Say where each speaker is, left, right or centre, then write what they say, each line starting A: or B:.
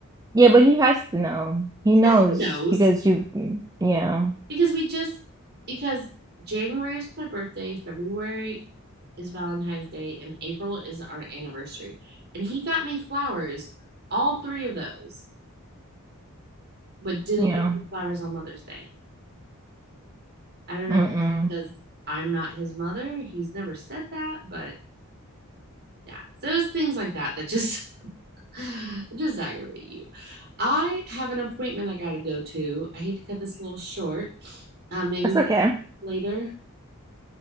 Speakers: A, on the right; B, on the right.
A: yeah, but he has to know. He knows
B: yeah, who knows?
A: because you, mm, yeah,
B: Because we just because January is my birthday, February is Valentine's Day, and April is our anniversary. And he got me flowers, all three of those, but didn't
A: yeah,
B: give me flowers on Mother's Day. I don't know
A: mm-mm.
B: if it's because I'm not his mother. He's never said that, but yeah. So it's things like that that just <laughs> just aggravate you. I have an appointment I gotta go to. I hate to cut this a little short. Uh, maybe
A: That's
B: we
A: okay.
B: later.